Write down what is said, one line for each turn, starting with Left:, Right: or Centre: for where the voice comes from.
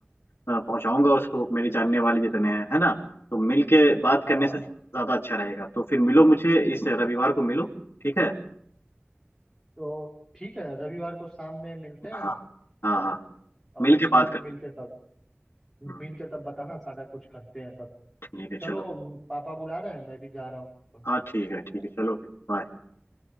Left: अ, अ, पहुंचाऊंगा उसको मेरे जानने वाले जितने हैं है ना तो मिल के बात करने
Centre: हाँ
Left: से ज्यादा अच्छा रहेगा तो फिर मिलो मुझे इस रविवार को मिलो ठीक है
Centre: तो ठीक है रविवार को शाम में मिलते
Left: हाँ
Centre: हैं
Left: हाँ
Centre: और
Left: हाँ
Centre: और
Left: मिल
Centre: शाम
Left: के बात
Centre: में
Left: कर
Centre: मिल के तब
Left: हम्म,
Centre: मिल के तब बताना सारा कुछ करते हैं तब
Left: ठीक है
Centre: चलो
Left: चलो
Centre: पापा बुला रहे हैं मैं भी जा रहा हूँ
Left: हाँ ठीक है ठीक है चलो फिर बाय